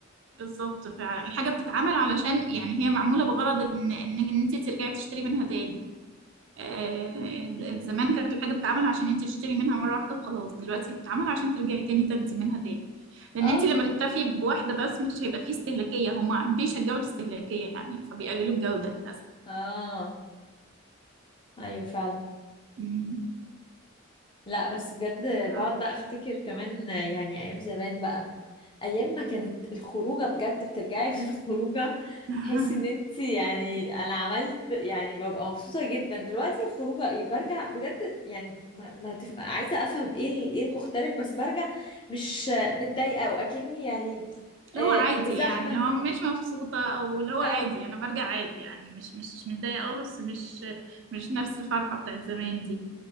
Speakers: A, on the right; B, on the left.
A: بالظبط فعلا الحاجة بتتعمل علشان يعني هي معمولة بغرض ان ان, إن انت ترجعي تشتري منها تاني آه، زمان كانت الحاجة بتتعمل عشان انت تشتري منها مرة واحدة وخلاص دلوقتي بتتعمل عشان ترجعي تاني تاخدي منها تاني لان
B: اه
A: انت لما تكتفي بواحدة بس مش هيبقى فيه استهلاكية هما بيشجعوا الاستهلاكية يعني فبيقللوا الجودة للأسف
B: اه أيوة فعلا
A: مم.
B: لا بس بجد
A: آه.
B: بقعد بقى افتكر كمان يعني ايام زمان بقى ايام ما كانت الخروجه بجد بترجعي من <laughs> الخروجه
A: <laughs>
B: تحسي ان انت يعني انا عملت يعني ببقى مبسوطه جدا دلوقتي الخروجه ايه برجع بجد يعني ما, ما تف... عايزه افهم ايه ال- ايه المختلف بس برجع مش متضايقه واكني يعني
A: اللي
B: آه
A: هو عادي
B: زحمه
A: يعني اللي هو مش مبسوطة او اللي هو
B: اه
A: عادي انا برجع عادي يعني مش مش متضايقة اه بس مش مش نفس الفرحة بتاعت زمان دي